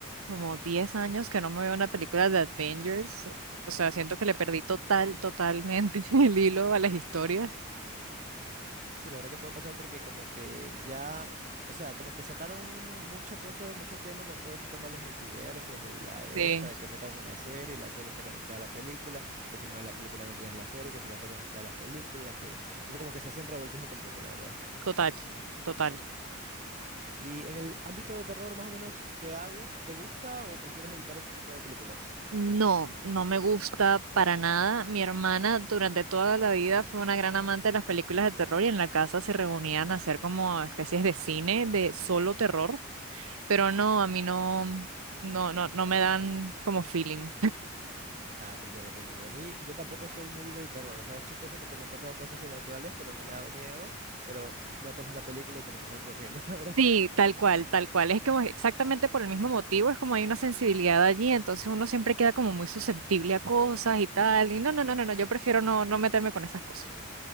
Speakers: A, on the right; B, on the right.
A: como 10 años que no me veo una película de Avengers. O sea, siento que le perdí total, totalmente <laughs> el hilo a las historias.
B: Sí, la verdad que puede pasar porque como que ya, o sea, como que sacaron mucha cosa, mucho tema con todo este tema de los multiversos, de la esta,
A: Sí,
B: de que sacan una serie, la serie está conectada a la película, que si no ves la película no tienes la serie, que si la serie no está en la película, que entonces como que se hace un revoltijo completo, la verdad.
A: total, total.
B: Y en el ámbito de terror, más o menos, ¿te ha gus- te gusta o prefieres evitar ese tipo de películas?
A: No, no me gusta para nada. Mi hermana durante toda la vida fue una gran amante de las películas de terror y en la casa se reunían a hacer como especies de cine de solo terror, pero no, a mí no, no, no, no me dan como feeling.
B: Ah, te entiendo, te entiendo. A mí, yo tampoco soy muy del terror, o sea, es chistoso porque me han pasado cosas sobrenaturales, pero no me ha dado miedo, pero me pones una película y como que salgo corriendo, <laughs> la verdad.
A: Sí, tal cual, tal cual. Es como exactamente por el mismo motivo, es como hay una sensibilidad allí, entonces uno siempre queda como muy susceptible a cosas y tal. Y no, no, no, no, no, yo prefiero no, no meterme con esas cosas.